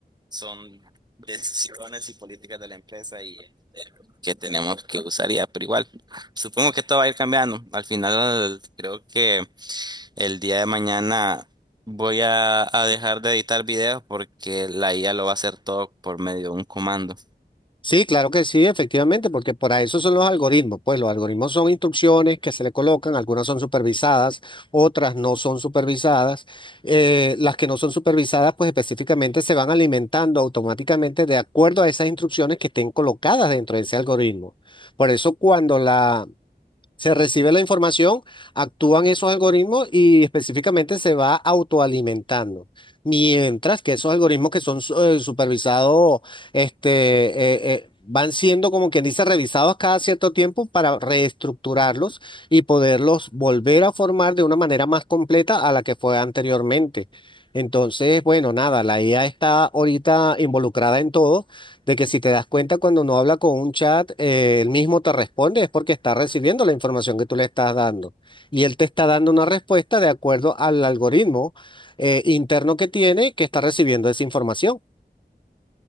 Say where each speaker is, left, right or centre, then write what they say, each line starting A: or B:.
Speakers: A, on the right; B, on the left.
A: son decisiones y políticas de la empresa y que tenemos que usar ya, pero igual, supongo que esto va a ir cambiando. Al final, creo que el día de mañana voy a, a dejar de editar videos porque la IA lo va a hacer todo por medio de un comando.
B: Sí, claro que sí, efectivamente, porque para eso son los algoritmos. Pues los algoritmos son instrucciones que se le colocan, algunas son supervisadas, otras no son supervisadas. Eh, las que no son supervisadas, pues específicamente se van alimentando automáticamente de acuerdo a esas instrucciones que estén colocadas dentro de ese algoritmo. Por eso cuando la, se recibe la información, actúan esos algoritmos y específicamente se va autoalimentando. Mientras que esos algoritmos que son su- eh, supervisados, este, eh, eh, van siendo como quien dice revisados cada cierto tiempo para reestructurarlos y poderlos volver a formar de una manera más completa a la que fue anteriormente. Entonces, bueno, nada, la IA está ahorita involucrada en todo de que si te das cuenta cuando uno habla con un chat, eh, él mismo te responde, es porque está recibiendo la información que tú le estás dando. Y él te está dando una respuesta de acuerdo al algoritmo eh, interno que tiene que está recibiendo esa información.